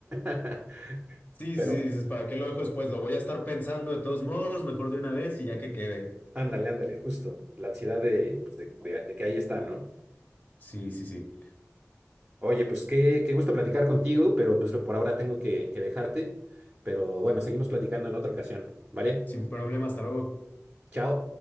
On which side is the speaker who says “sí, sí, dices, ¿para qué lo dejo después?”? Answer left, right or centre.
Left